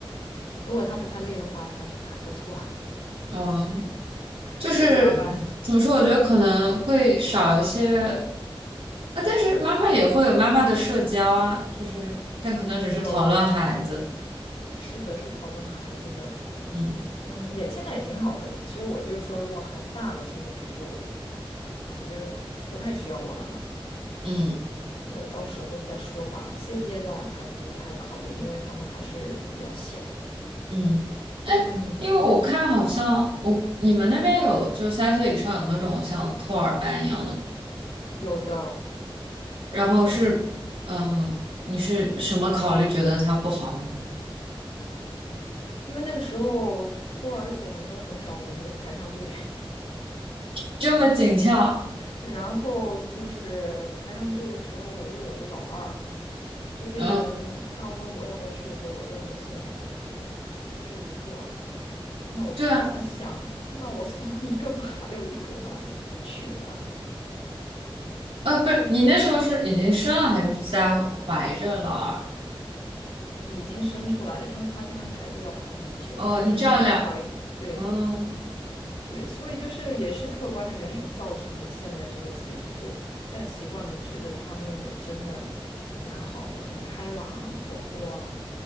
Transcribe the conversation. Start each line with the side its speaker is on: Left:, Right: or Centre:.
Left: 如果他不太累的话，还还不错，
Right: 嗯，
Left: <laughs>
Right: 就是怎么说？
Left: 不加班，
Right: 我觉得可能会少一些啊，但是妈妈也会有妈妈的社交啊，就是但可能只是讨论孩子，
Left: 又。是的，是讨论孩子的，
Right: 嗯
Left: 嗯，也现在也挺好的。其实我就是说，如果孩子大了之后，不就感觉不太需要我了嘛？
Right: 嗯。
Left: 那到时候再说吧。现阶段还不太考虑，因为他们还是比较小。
Right: 嗯
Left: 嗯，
Right: 因为我看好像我你们那边有就是三岁以上有那种像托儿班一样的吗？
Left: 有的，
Right: 然后是嗯，
Left: 让，
Right: 你是什么考虑觉得它不好？
Left: 因为那个时候托儿所名额很少，我们没排上队。
Right: 这么紧俏，
Left: 然后就是排上队的时候，我又有了老二，就变成他问我要不要去的时候，
Right: 嗯，
Left: 我说能送两个，他说就一个啊。那我说那想，
Right: 对啊，
Left: 那我送 <laughs> 一个吧，还有一个，那我就不去了啊。
Right: 呃，不是你那时候是已经生了还是在怀着老二？
Left: 所以已经生出来了，因为他这边排队要排很久，
Right: 哦，
Left: 就是你还在怀孕，
Right: 你这样聊，
Left: 对，
Right: 哦，
Left: 对，所以就是也是客观的原因造成了现在这个结局，就带习惯了，觉得他们也真的蛮好的，很开朗、活泼啊，